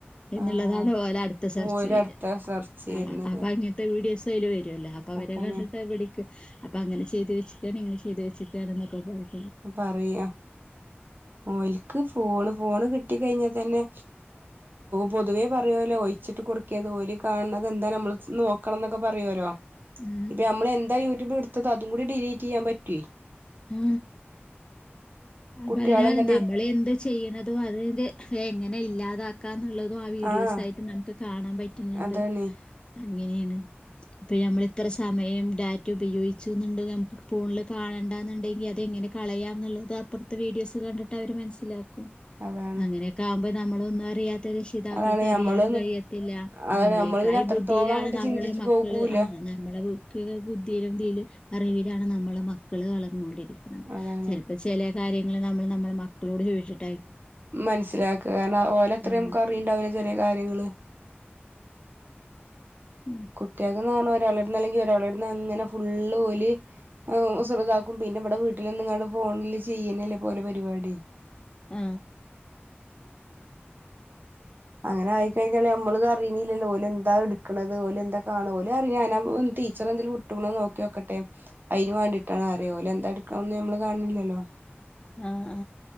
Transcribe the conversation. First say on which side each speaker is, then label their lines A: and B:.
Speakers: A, on the left; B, on the right.
A: എന്നുള്ളതാണ്
B: ആഹ്
A: ഓലെ അടുത്ത സെർച്ച്
B: ഓരടുത്താ
A: വരുക
B: സെർച്ച് ചെയ്യണത്
A: ആ അപ്പൊ അങ്ങനത്തെ വീഡിയോസ് അതിൽ വര അപ്പൊ അവരെ
B: അതാണ്
A: കണ്ടിട്ട് പിടിക്ക അപ്പൊ അങ്ങനെ ചെയ്ത് വെച്ചക്കാണ് ഇങ്ങനെ ചെയ്ത് വെച്ചക്കുകയാണ എന്നൊക്കെ പറയ
B: പറയാ ഓൽക്ക് ഫോണ് ഫോണ് കിട്ടി കഴിഞ്ഞ തന്നെ പൊതുവേ പറയുവല്ലോ ഒളിച്ചിട്ട് കൊടുക്കരുത് ഓല് കാണുന്നത് എന്താ നമ്മള് ചെന്ന് നോ നോക്കണം എന്നൊക്കെ പറയല്ലോ
A: ആ
B: ഇപ്പൊ നമ്മള് എന്താ യൂട്യൂബിൽ എടുത്തത് അതും കൂടി ഡിലീറ്റ് ചെയ്യാൻ പറ്റുവെ.
A: ആ അപ്പൊ
B: കുട്ടികളെന്താടി
A: അതിന് നമ്മൾ എന്ത് ചെയ്യണതും അതിന്റെ എങ്ങനെ ഇല്ലാതാക്കാ എന്നുള്ളതും ആ വീഡിയോസയിട്ട്
B: ആഹ്
A: നമുക്ക് കാണാൻ പറ്റുന്നുണ്ട്
B: അതാണ്
A: അങ്ങനെയാണ് ഇപ്പൊ ഞമ്മൾ ഇത്ര സമയം ഡാറ്റ ഉപയോഗിച്ചുന്നണ്ട് നമുക്ക് ഫോണില് കാണാ ഉണ്ടാുണ്ടങ്കിൽ അത്െങ്ങനെ കളയാം എന്നുള്ളത് അപ്പുറത്ത് വീഡിയോസ് കണ്ടിട്ട് അവർ മനസ്സിലാക്കും
B: അതാണ്
A: അങ്ങനെയൊക്കെ ആകുമ്പോ നമ്മളൊന്നും അറിയാ ഇപ്പോത്തെ രക്ഷിതാക്കൾക്ക്
B: അതാണ്
A: അറിയാനും
B: ഞമ്മള്
A: കഴിയത്തില്ല
B: അതാണ്
A: നമ്മളേക്കായും
B: നമ്മള് പിന്നെ അത്രത്തോളം
A: ബുദ്ധിയിലാണ്
B: അങ്ങട്ട്
A: നമ്മളെ
B: ചിന്തിച്ചു
A: മക്കള്
B: പോകൂല
A: ആ നമ്മള ബുദ്ധിതി അറിവിലാണ് നമ്മളുടെ മക്കള് വളർന്നൊണ്ടിരിക്കുന്നത്
B: അതാണ്
A: ചിലപ്പോ ചില കാര്യങ്ങൾ നമ്മൾ നമ്മളെ മക്കളോട് ചോദിച്ചിട്ട്
B: മനസ്സിലാക്കുക കാരണം ഓലത്ര
A: ഉം
B: നമുക്ക് അറിണ്ടാവില്ല ചില കാര്യങ്ങള്
A: ഉം
B: കുട്ടിയാക്ന്ന്പറഞ്ഞ ഒരാളട്ന്ന് അല്ലെങ്കിൽ ഒരാളടുന്ന് അങ്ങനെ ഫുള്ള് ഓല് <unintelligible> താക്കും പിന്നെ ഇവിടെ വീട്ടിൽനിന്നുങ്ങണ്ട് ഫോണില് ചെയ്യുന്നല്ലേ ഓല്ടെ പരിപാടി
A: ആ
B: അങ്ങനെ ആയിക്കഴിഞ്ഞാല് നമ്മള്ത് അറിയണില്ലല്ലോ ഓല് എന്താ എടുക്കണത് ഓലെന്താ കാണാ ഓലപറയും ഞൻ ടീച്ചറെ എന്തേലും വിട്ടണോന്ന് നോക്കി നോക്കട്ടെ അയിൻവണ്ടിട്ടാണ് ഓല് എന്താ എടുക്കണംന്ന് നമ്മള് കാണില്ലല്ലോ
A: ആ ആ